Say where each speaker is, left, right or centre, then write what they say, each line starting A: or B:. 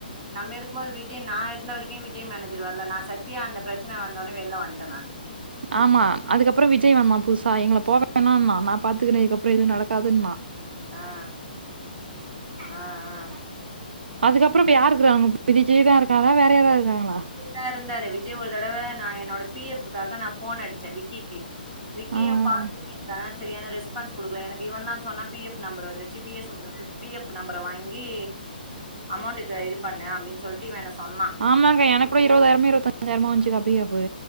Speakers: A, on the right; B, on the right.
A: நம்ம இருக்கும் போது விஜய் நா இருந்த வரைக்கு விஜய் மேனேஜர் வர்ல நா சத்தியா அந்த பிரச்சனை வந்தோனே வெளிய வன்ட நானு
B: ஆமா அதுக்கப்பறோ விஜய் வந்தா புதுசா எங்கள போவேணாண்ணா நா பாத்துக்கற இதுக்கப்புறோ எதுவு நடக் காதுன்னா
A: ஆ ஆ ஆ
B: அதுக்கப்புறோ இப்ப யாருக்குராங் விஜய் தா இருக்கா வேறயார எதா இருக்காங்களா
A: விஜய் தா இருந்தாரு விஜய் ஒரு தடவ நா என்னோட பி எஃப் காக நா ஃபோன் அடிச்ச விக்கிக்கு விக்கியு
B: ஆ,
A: பார்க்கிங்கு
B: ஆ.
A: சரியான ரெஸ்ஃபான்ஸ் குடுக்கலா எனக்கு இவ தா சொன்னா பி எஃப் நம்பர் வந்துச்சு பி எஸ் பி எஃப் நம்பர வாங்கி அமௌன்ட்டுக்கு இது பண்ணு அப்டின்னு சொல்ட்டு இவ என்ன சொன்னா
B: ஆமாங்க எனக்கூட இருபதாயிரமோ இருபத்தஞ்சாயிரமோ வந்துச்சுங்க பிஎஃப்பு